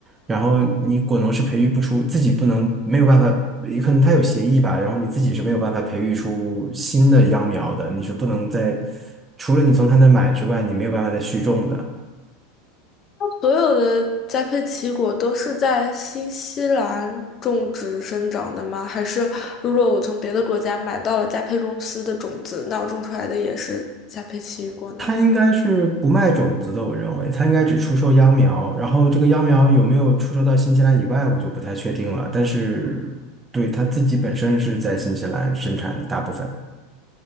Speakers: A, on the right; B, on the left.
A: 然后你果农是培育不出，自己不能没有办法，也可能它有协议吧，然后你自己是没有办法培育出新的秧苗的，你是不能在除了你从他那买之外，你没有办法再续种的。
B: 所有的加佩奇果都是在新西兰种植生长的吗？还是如果我从别的国家买到了加佩公司的种子，那我种出来的也是加佩奇果呢？
A: 他应该是不卖种子的，我认为他应该只出售秧苗，然后这个秧苗有没有出售到新西兰以外，我就不太确定了。但是对他自己本身是在新西兰生产的大部分。